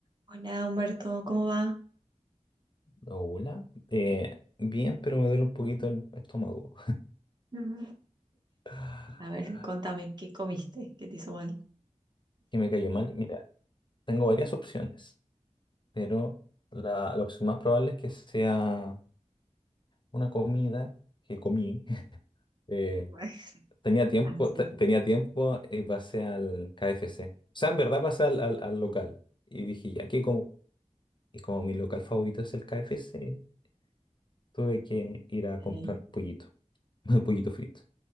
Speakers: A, on the right; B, on the left.
A: Hola Humberto, ¿cómo va?
B: Hola. Eh, bien, pero me duele un poquito el estómago.
A: Mm.
B: <sighs>
A: A ver, contame, ¿qué comiste? ¿Qué te hizo mal?
B: Que me cayó mal. Mira, tengo varias opciones, pero la, la opción más probable es que sea una comida que comí. <laughs> Eh,
A: <laughs>
B: tenía tiempo,
A: Ah, en serio.
B: te- tenía tiempo y pasé al KFC. O sea, en verdad pasé al, al- al local. Y dije, ya que como, y como mi local favorito es el KFC, tuve que ir a
A: Eh,
B: comprar pollito, <laughs> pollito frito.